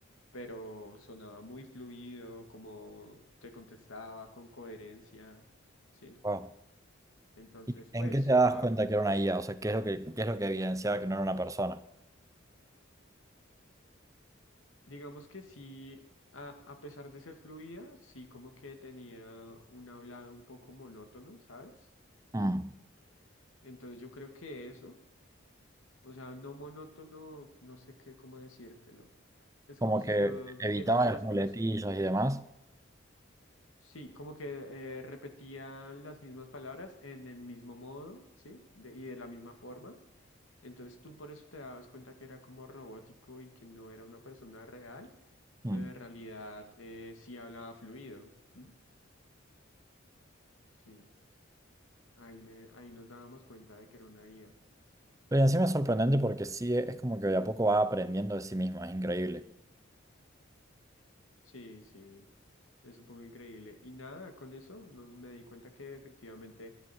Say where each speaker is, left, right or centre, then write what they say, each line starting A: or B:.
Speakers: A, on the left; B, on the right.
A: pero sonaba muy fluido, como te contestaba con coherencia, ¿sí?
B: wow.
A: Entonces,
B: ¿Y en
A: pues,
B: qué te das
A: wow.
B: cuenta que era una IA? O sea, ¿qué es lo que, qué es lo que evidenciaba que no era una persona?
A: Digamos que sí, a, a pesar de ser fluida, sí como que tenía un hablado un poco monótono, ¿sabes?
B: Mm.
A: Entonces yo creo que eso, o sea, no monótono, no sé qué, cómo decírtelo. Es
B: Como
A: como si
B: que
A: yo dijera
B: evitaba
A: las
B: las muletillas
A: cosas,
B: y demás.
A: sí, como que eh, repetía las mismas palabras en el mismo modo, ¿sí? De- y de la misma forma. Entonces tú por eso te dabas cuenta que era como robótico y que no era una persona real,
B: Mm.
A: pero en realidad eh, sí hablaba fluido. ¿m? Sí, ahí, me, ahí nos dábamos cuenta de que era una IA.
B: Pero encima es sorprendente porque sí, es como que de a poco va aprendiendo de sí misma, es increíble.
A: Sí, sí, es un poco increíble. Y nada, con eso no- me di cuenta que efectivamente